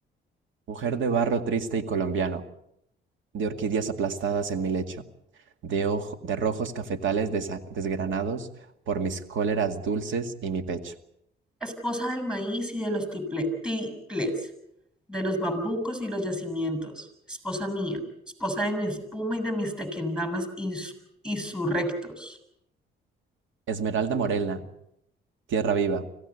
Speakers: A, on the right; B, in the centre.
A: Mujer de barro triste y colombiano, de orquídeas aplastadas en mi lecho. de, ojo- de rojos cafetales desa- desgranados por mis cóleras dulces y mi pecho.
B: Esposa del maíz y de los tiple- tiples, de los bambucos y los yacimientos. Esposa mía, esposa de mi espuma y de mis tequendamas ins- insurrectos.
A: Esmeralda morena, tierra viva,